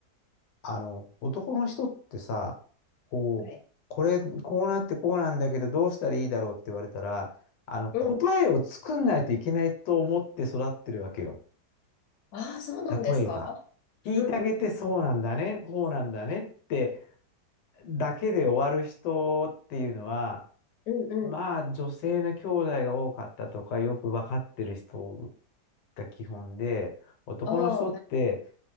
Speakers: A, on the left (about 80°); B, on the left (about 65°).
A: あの、男の人ってさ、こう、
B: はい。
A: これ、こうなってこうなんだけど、どうしたらいいだろうって言われたら、あの、答えを作んないといけないと思って育ってるわけよ。
B: うん。ああ、そうなんですか。
A: 例えば、聞いてあげてそうなんだね、
B: うんうん、
A: こうなんだねってだけで終わる人っていうのは、
B: うんうん。
A: まあ、女性の兄弟が多かったとか、よくわかってる人が基本で、男の人って、
B: ああ、はい。